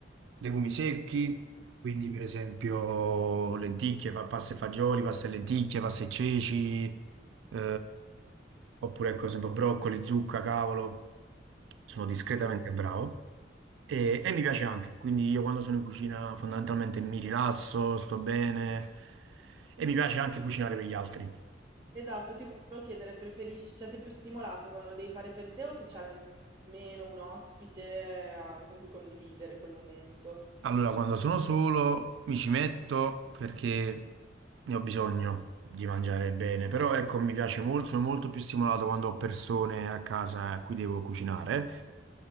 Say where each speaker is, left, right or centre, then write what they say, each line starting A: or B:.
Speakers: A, on the right; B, on the right.
A: legumi secchi, quindi per esempio lenticchie, fa pasta e fagioli, pasta e lenticchie, pasta e ceci, eh, oppure ecco, ad esempio broccoli, zucca, cavolo, sono discretamente
B: Buonissimo.
A: bravo. E, e mi piace anche, quindi io quando sono in cucina fondamentalmente mi rilasso, sto bene e mi piace anche cucinare per gli altri.
B: Esatto, ti volevo chiedere, preferisci, cioè sei più stimolato quando lo devi fare per te o se c'è almeno un ospite eh, con cui condividere quel momento?
A: Allora, quando sono solo mi ci metto perché ne ho bisogno di mangiare bene, però ecco, mi piace molto, sono molto più stimolato quando ho persone a casa a cui devo cucinare